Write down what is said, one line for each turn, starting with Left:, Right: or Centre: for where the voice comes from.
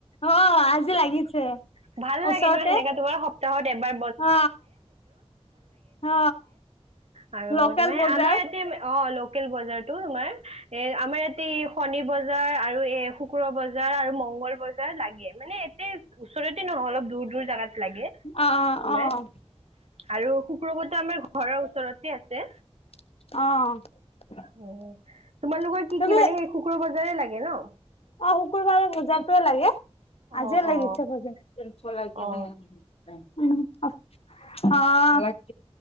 Left: অ আজি লাগিছে।
Right: ভাল
Left: ওচৰতে
Right: লাগে ন সেনেকা তোমাৰ সপ্তাহত এবাৰ।
Left: অ অ
Right: আৰু
Left: লোকেল
Right: তাৰমানে
Left: বজাৰ
Right: আমাৰ ইয়াতে অ, ল লোকেল বজাৰতো তোমাৰ এ আমাৰ ইয়াতে শনিবজাৰ আৰু এ। শুক্ৰ বজাৰ আৰু মংগল বজাৰ লাগে। মানে এ ওচৰতে নহয়, অলপ দূৰ দূৰ জাগাত। লাগে
Left: অ,
Right: তোমাৰ
Left: অ, অ।
Right: আৰু শুক্ৰবাৰটো আমাৰ ঘৰৰ ওচৰতে আছে।
Left: অ'।
Right: উম তোমালোকৰ কি
Left: তুমি
Right: কি? মানে সেই শুক্ৰ বজাৰে লাগে ন?
Left: অ শুকুৰবাৰে বজাৰটোৱে লাগে।
Right: অ
Left: আজি লাগিছে
Right: অ
Left: বজাৰ। <unintelligible>
Right: অ
Left: অ